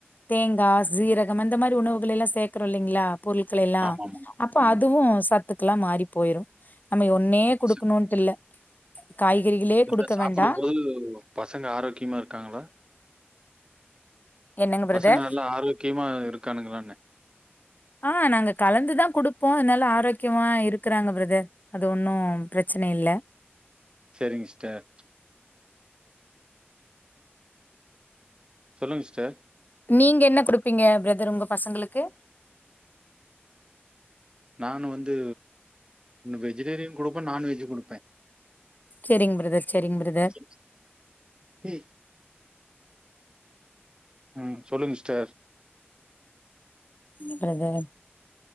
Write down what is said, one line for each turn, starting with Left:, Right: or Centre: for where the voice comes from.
Left: தேங்கா சீரகம் அந்த மாரி உணவுகள் எல்லா சேக்குறோ இல்லைங்ளா பொருட்கள எல்லா
Right: ஆமாமா. ஆமா.
Left: அப்ப
Right: ஆமா.
Left: அதுவு சத்துக்கெல்லாம் மாறி போயிரும் நம்ம ஒன்னே
Right: பசங்க
Left: குடுக்கணும்ட்டு இல்ல காய்கறிகளே
Right: இல்ல
Left: குடுக்க
Right: சாப்பிடும்போது
Left: வேண்டா
Right: பசங்க ஆரோக்கியமா இருக்காங்களா
Left: என்னங்க பிரதர்
Right: பசங்க நல்லா ஆரோக்கியமா இருக்கானுங்களாம்னே
Left: ஆ நாங்க கலந்துதா குடுப்போ நல்லா ஆரோக்கியமா இருக்குறாங்க பிரதர் அது ஒன்னூ பிரச்சனை இல்ல
Right: சேரிங்க சிஸ்டர் சொல்லுங்க சிஸ்டர்
Left: நீங்க என்ன குடுப்பீங்க பிரதர் உங்க பசங்களுக்கு
Right: நான் வந்து வெஜிடேரியன் குடுப்பே நான்வெஜு குடுப்பே
Left: சேரிங்க பிரதர் சேரிங்க பிரதர்
Right: <unintelligible> ம் சொல்லுங்க சிஸ்டர்
Left: ம் பிரதர்